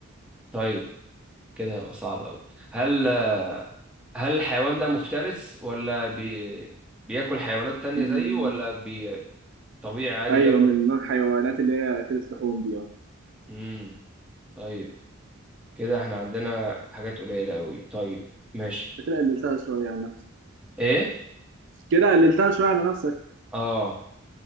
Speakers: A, in the centre; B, on the right.
A: طيب كده هيبقى صعب أوي هل هل الحيوان ده مفترس ولا بي... بياكل حيوانات تانية
B: م-
A: زيه ولا بي... طبيعي عادي
B: ايوه
A: بياكل
B: من الحيوانات اللي هي اكلت لحوم دي اه
A: امم طيب كده احنا عندنا حاجات قليلة أوي طيب ماشي
B: انت كده قللتها شوية عن نفسك
A: ايه
B: كده قللتها شوية على نفسك
A: اه